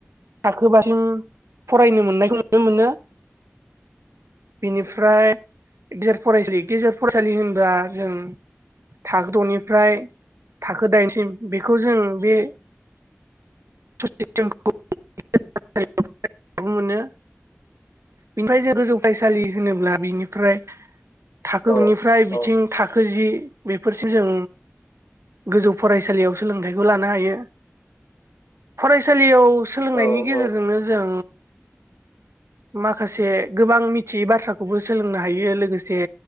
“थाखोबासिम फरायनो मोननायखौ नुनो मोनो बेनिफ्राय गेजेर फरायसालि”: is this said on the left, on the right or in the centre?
Right